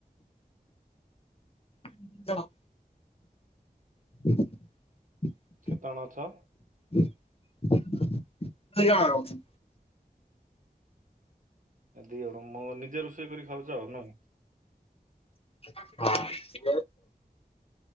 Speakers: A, on the left; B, on the right.
A: ଦି ଜଣ। <unintelligible>
B: କେତେଜଣ ଅଛ?
A: ଚାରି ଜଣ।
B: ଦି କଣ ମୁଁ ନିଜେ ରୋଷେଇ କରି ଖାଉଛ ଆଉ ନା?
A: ହଁ।